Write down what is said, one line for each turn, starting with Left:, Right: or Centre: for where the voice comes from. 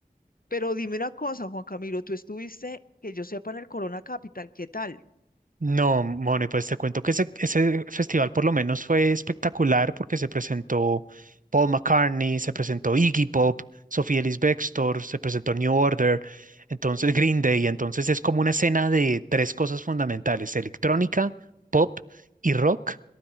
Left: Pero dime una cosa, Juan Camilo, tú estuviste, que yo sepa, en el Corona Capital, ¿qué tal?
Right: No, Moni, pues te cuento que ese, ese festival por lo menos fue espectacular porque se presentó Paul McCartney, se presentó Iggy Pop, Sofía Ellis Bextor, se presentó New Order, entonces Green Day, entonces es como una escena de tres cosas fundamentales, electrónica, pop y rock,